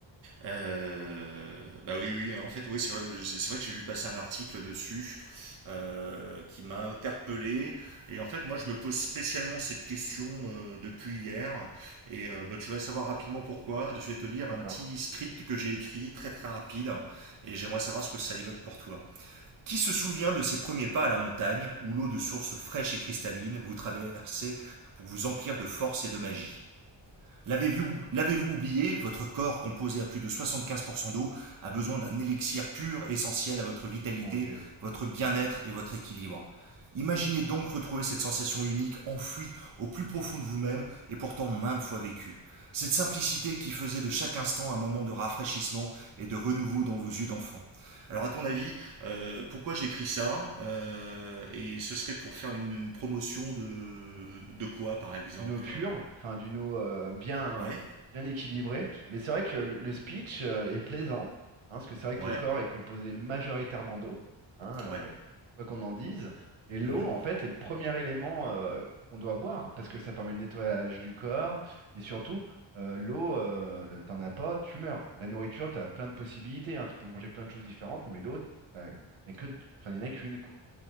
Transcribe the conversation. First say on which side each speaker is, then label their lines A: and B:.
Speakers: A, on the right; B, on the right.
A: Euh, bah oui, oui, en fait, oui, c'est vrai, c'est vrai que j'ai vu passer un article dessus euh, qui m'a interpellé. Et en fait, moi, je me pose spécialement cette question euh, depuis hier. Et euh, bah, tu vas savoir rapidement pourquoi. Je vais te lire
B: D'accord?
A: un petit script que j'ai écrit, très très rapide. Et j'aimerais savoir ce que ça évoque pour toi. Qui se souvient de ses premiers pas à la montagne, où l'eau de source fraîche et cristalline vous traversait pour vous emplir de force et de magie L'avez-vous oublié Votre corps, composé à plus de 75% d'eau, a besoin d'un élixir pur essentiel à votre vitalité,
B: Oh mon Dieu.
A: votre bien-être et votre équilibre. Imaginez donc retrouver cette sensation unique enfouie au plus profond de vous-même et pourtant maintes fois vécue. Cette simplicité qui faisait de chaque instant un moment de rafraîchissement et de renouveau dans vos yeux d'enfant. Alors à ton avis, euh, pourquoi j'écris ça Euh, Et ce serait pour faire une, une promotion de, de quoi par exemple
B: d'une eau pure,
A: Euh,
B: enfin d'une eau euh, bien,
A: Ouais,
B: bien équilibrée. Mais c'est vrai que le le speech euh, est plaisant, hein, parce que c'est vrai que
A: ouais.
B: le corps est composé majoritairement d'eau, hein, euh,
A: Ouais.
B: quoi qu'on en dise. Et l'eau,
A: Mhm.
B: en fait, est le premier élément euh, qu'on doit boire, parce que ça permet le nettoyage du corps. Et surtout, euh, l'eau, euh, t'en as pas, tu meurs. La nourriture, t'as plein de possibilités, hein, tu peux manger plein de choses différentes, mais l'eau, t'as- y a que, enfin, y en a qu'une, quoi.